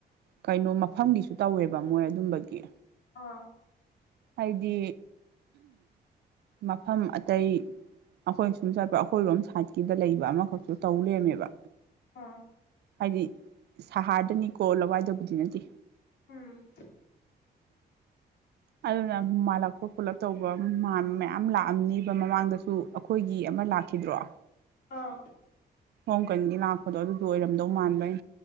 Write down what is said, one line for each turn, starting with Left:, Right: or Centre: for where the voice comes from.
Right: ꯀꯩꯅꯣ ꯃꯐꯝꯒꯤꯁꯨ ꯇꯧꯋꯦꯕ ꯃꯣꯏ ꯑꯗꯨꯝꯕꯒꯤ
Left: ꯑꯥ
Right: ꯍꯥꯏꯗꯤ ꯃꯐꯝ ꯑꯇꯩ ꯑꯩꯈꯣꯏ ꯁꯨꯝ ꯆꯠꯄ ꯑꯩꯈꯣꯏꯔꯣꯝ ꯁꯥꯏꯠꯀꯤꯗ ꯂꯩꯕ ꯑꯃꯈꯛꯁꯨ ꯇꯧꯔꯦꯝꯃꯦꯕ
Left: ꯑꯥ
Right: ꯍꯥꯏꯗꯤ ꯁꯍꯔꯗꯅꯤ ꯀꯣꯂꯋꯥꯏꯗꯧꯕꯗꯤ ꯅꯠꯇꯦ
Left: ꯎꯝ
Right: ꯑꯗꯨ ꯅ ꯃꯥꯂꯛꯄ ꯄꯨꯂꯞ ꯇꯧꯕ ꯃꯌꯥꯝ ꯂꯥꯛꯑꯝꯅꯤꯕ ꯃꯃꯥꯡꯗꯁꯨ ꯑꯩꯈꯣꯏꯒꯤ ꯑꯃ ꯂꯥꯛꯈꯤꯗ꯭ꯔꯣ
Left: ꯑꯥ
Right: ꯣꯡꯝ ꯀꯟꯒꯤ ꯂꯥꯛꯄꯗꯣ ꯑꯗꯨꯗꯣ ꯑꯣꯏꯔꯝꯗꯧ ꯃꯥꯟꯕꯩ